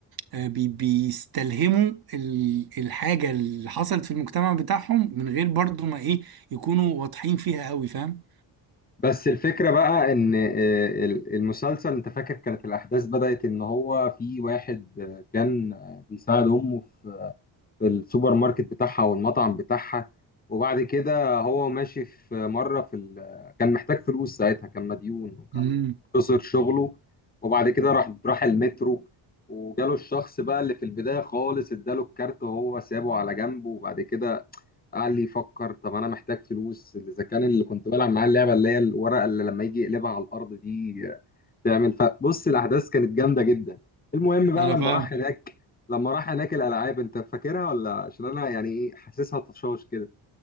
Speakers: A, on the right; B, on the left.
A: آه، بي- بيستلهموا ال- الحاجه اللي حصلت في المجتمع بتاعهم من غير برضو ما ايه يكونوا واضحين فيها قوي فاهم
B: بس الفكرة بقى إن آه، ال- المسلسل أنت فاكر كانت الأحداث بدأت إن هو في واحد آه، كان آه، بيساعد أمه في في السوبر ماركت بتاعها والمطعم بتاعها وبعد كده هو ماشي في مرة في ال... كان محتاج فلوس ساعتها كان مديون وكان
A: امم
B: خسر شغله وبعد كده راح راح المترو وجاله الشخص بقى اللي في البداية خالص اداله الكارت وهو سابه على جنبه وبعد كده قعد لي يفكر طب انا محتاج فلوس اذا كان اللي كنت بلعب معاه اللعبه اللي هي الورقه اللي لما يجي يقلبها على الارض دي تعمل فبص الاحداث كانت جامده جدا المهم بقى
A: انا
B: لما
A: فاهم
B: راح هناك لما راح هناك الالعاب انت فاكرها ولا عشان انا يعني ايه حاسسها طشاش كده